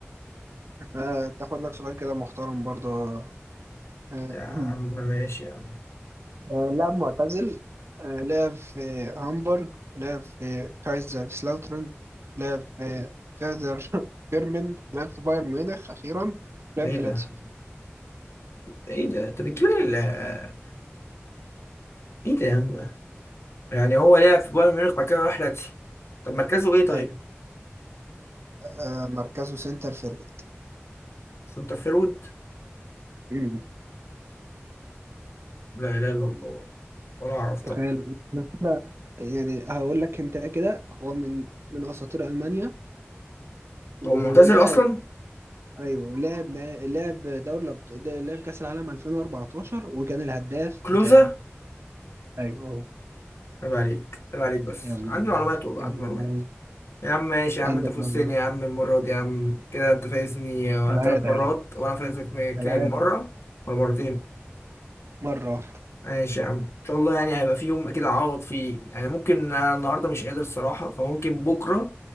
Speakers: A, on the right (about 65°); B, on the left (about 65°).
A: آه، تاخد لك سؤال كده محترم برضه آه،
B: يا عم
A: <clears throat>
B: ماشي يا عم
A: آه، لاعب معتزل آه، لعب في هامبورغ لعب في كايزر سلاوترن لعب في فيردر <laughs> بيرمن لعب في بايرن ميونخ أخيرا لعب
B: ايه
A: في
B: ده
A: لاتسيو
B: ايه ده انت بتجيب لي ال- ايه ده يا عم ده يعني هو لعب في بايرن ميونخ بعد كده راح لاتسيو طب مركزه ايه طيب
A: أيوة آه، مركزه سنتر فيرد
B: سنتر فيرود
A: مم.
B: لا اله الا الله ولا اعرف طبعا
A: تخيل أنا كده يعني هقول لك انت كده هو من من اساطير المانيا و-
B: هو معتزل
A: ولعب
B: اصلا
A: ايوه ولعب نا- لعب دوري الأبط- ده- لعب كاس العالم 2014 وكان الهداف
B: كلوزا
A: بتاعه ايوه أهو.
B: عيب عليك عيب عليك بس
A: يلا
B: عندي
A: اللعيب
B: معلومات والله
A: يلا
B: عندي معلومات
A: اللعيب
B: يا عم ماشي يا
A: عندك
B: عم انت فزتني
A: معلومات
B: يا عم المرة دي يا عم كده انت فايزني
A: كالعادة
B: ثلاث مرات
A: يعني
B: وانا فايزك م-
A: كالعادة
B: كام مرة ولا مرتين
A: مرة واحدة
B: ماشي يا عم ان شاء الله يعني هيبقى في يوم اكيد اعوض فيه يعني ممكن انا النهاردة مش قادر الصراحة فممكن بكرة